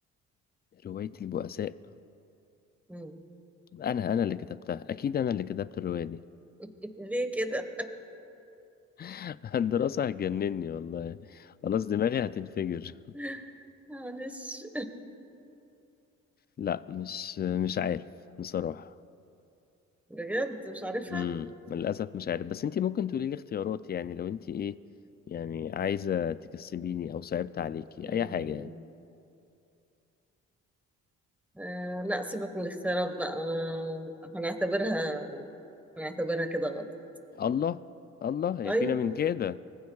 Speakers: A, on the left; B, in the centre.
A: رواية البؤساء
B: مم.
A: انا انا اللي كتبتها اكيد انا اللي كتبت الرواية دي
B: <laughs> ليه كده
A: <laughs> الدراسة هتجنني والله خلاص دماغي هتنفجر
B: <laughs> معلش
A: لا مش مش عارف
B: مم.
A: بصراحة
B: بجد مش عارفها
A: امم للاسف مش عارف بس انت ممكن تقولي لي اختيارات يعني لو انت ايه يعني عايزه تكسبيني او صعبت عليكي
B: مم.
A: اي حاجه يعني
B: آه لا سيبك من الاختيارات بقى أنا هنعتبرها هنعتبرها كده غلط
A: الله الله هي
B: أيوة
A: فينا من كده